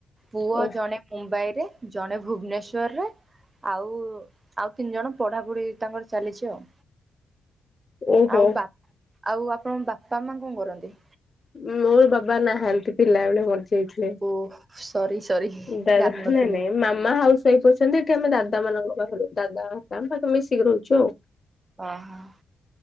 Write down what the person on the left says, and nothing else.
ହୁଁ
ଓହୋ
ମୋର ବାବା ନାହାନ୍ତି ପିଲାବେଳୁ ମରି ଥିଲେ
ନାଇ
ନାଇ ମାମା ହାଉସ୍ <unintelligible> ଏଠି ଆମେ ଦାଦାମାନଙ୍କ ପାଖରୁ ଦାଦାତାଙ୍କ ପାଖେ ମିଶିକି ରହୁଛୁ ଆଉ।